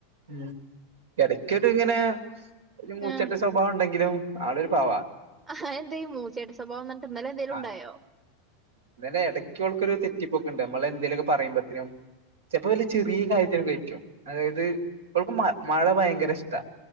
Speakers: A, on the right; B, on the right.
A: ഉം എടക്കൊരു ഇങ്ങനെ ഒരു മൂച്ചട്ട
B: ആഹ്.
A: സ്വഭാവം ഉണ്ടെങ്കിലും ആളൊരു പാവാ
B: അ ആഹ്‌ എന്തേ മൂചേട്ട സ്വഭാവംന്നർഞ്ഞിട്ട് ഇന്നലെ എന്തേലുംണ്ടായോ?
A: ആ, ഇന്നലെ എടെയ്ക്കോൾക്കൊര് തെറ്റിപ്പോക്ക്ണ്ട് അമ്മെളെന്തേലോക്കെ പറയ്മ്പത്തിനും ചെൽപ്പോ വല്ല ചെറീ കാര്യത്തിനൊക്കേയ്രിക്കും അതായത് ഓൾക്ക് മ മഴ ഭയെങ്കെര ഇഷ്ടാ